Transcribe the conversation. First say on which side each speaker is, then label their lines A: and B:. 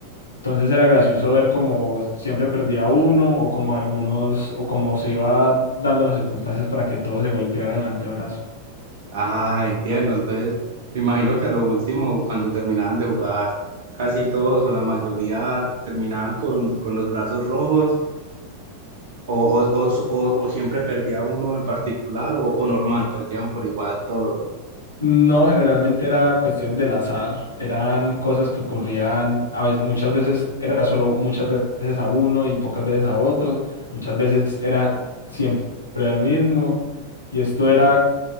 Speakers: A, on the left; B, on the right.
A: Entonces era gracioso ver cómo siempre perdía uno o como algunos o cómo se iba dando las circunstancias para que todos se golpearan el antebrazo.
B: Ah, entiendo. Entonces, me imagino que a lo último, cuando terminaban de jugar, casi todos o la mayoría terminaban con, con los brazos rojos o, o, o, o- o siempre perdía uno en particular o, o normal, perdían por igual todos.
A: No, generalmente era cuestiones del azar, eran cosas que ocurrían, a veces, muchas veces era solo muchas veces a uno y pocas veces a otro, muchas veces era siempre al mismo, y esto era